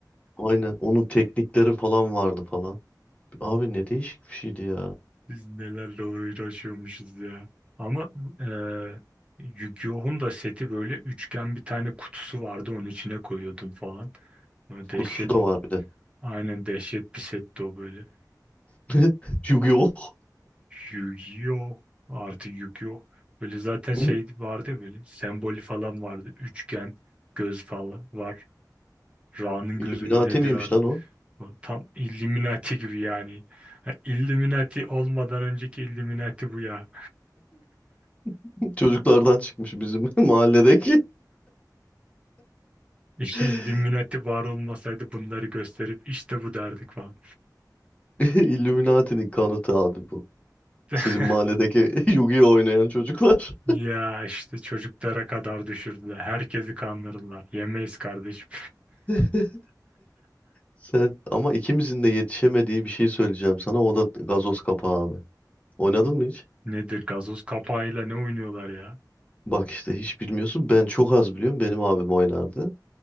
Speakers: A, on the left (about 20°); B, on the right (about 15°).
A: Aynen. Onun teknikleri falan vardı falan. Abi ne değişik bir şeydi ya.
B: Biz nelerle uğraşıyormuşuz ya. Ama eee Yu-Gi-Oh'un da seti böyle üçgen bir tane kutusu vardı onun içine koyuyordum falan. Böyle dehşet,
A: Kutusu da var bir de.
B: aynen dehşet bir setti o böyle.
A: <laughs> Yu-Gi-Oh!
B: Yu-Gi-Oh artı Yu-Gi-Oh. Böyle zaten şey
A: <laughs>
B: vardı ya böyle sembolü falan vardı. Üçgen, göz falan var. Ra'nın
A: Illuminati
B: gözü mü nedir
A: miymiş
B: artık?
A: lan o?
B: Tam Illuminati gibi yani. Ha, Illuminati olmadan önceki Illuminati bu ya.
A: <laughs> Çocuklardan çıkmış bizim <laughs> mahalledeki.
B: <laughs>
A: <laughs>
B: İlluminati var olmasaydı bunları gösterip işte bu derdik falan.
A: Illuminati'nin kanıtı abi bu.
B: <laughs>
A: Sizin mahalledeki <laughs> Yu-Gi-Oh oynayan çocuklar.
B: Ya işte çocuklara kadar düşürdüler. Herkesi kandırdılar. Yemeyiz kardeşim.
A: <laughs> Sen ama ikimizin de yetişemediği bir şey söyleyeceğim sana. O da gazoz kapağı abi. Oynadın
B: <laughs>
A: mı hiç?
B: Nedir gazoz kapağıyla ne oynuyorlar ya?
A: Bak işte hiç bilmiyorsun. Ben çok az biliyorum. Benim abim oynardı.